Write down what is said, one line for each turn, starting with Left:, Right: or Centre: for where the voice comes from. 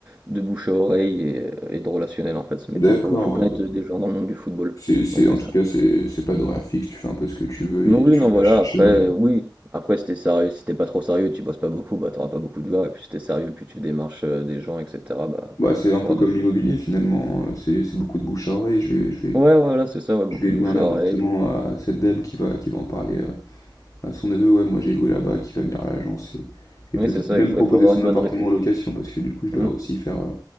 Right: de bouche à oreille et, et de relationnel en fait, ce métier.
Left: D'accord,
Right: Faut, faut connaître
Left: ouais, bah
Right: des gens dans le monde du football.
Left: C'est, c'est,
Right: Donc
Left: en
Right: c'est
Left: tout
Right: ça.
Left: cas, c'est, c'est pas d'horaire fixe, tu fais un peu ce que tu veux
Right: Donc
Left: et
Right: oui,
Left: tu
Right: non,
Left: vas
Right: voilà.
Left: chercher
Right: Après,
Left: dans les...
Right: oui. Après, si t'es sérieux, si t'es pas trop sérieux, tu bosses pas beaucoup, bah t'auras pas beaucoup de joueurs. Et puis si t'es sérieux, plus tu démarches euh, des gens, etc. Bah
Left: Bah, c'est
Right: plus
Left: un peu
Right: t'auras
Left: comme
Right: de.
Left: l'immobilier finalement, euh, c'est, c'est beaucoup de bouche à oreille, je vais, je vais,
Right: Ouais, voilà, c'est ça. Ouais, beaucoup
Left: je vais
Right: de
Left: louer
Right: bouche
Left: un appartement
Right: à oreille.
Left: à cette dame qui va, qui va en parler euh, à, son neveu, ouais, moi j'ai loué là-bas, qui va venir à l'agence et, et
Right: Oui,
Left: peut-être
Right: c'est ça,
Left: même
Right: exact.
Left: proposer
Right: Faut avoir
Left: son
Right: une bonne
Left: appartement
Right: réputation.
Left: en location parce que du coup, je dois
Right: Mhm,
Left: aussi faire euh,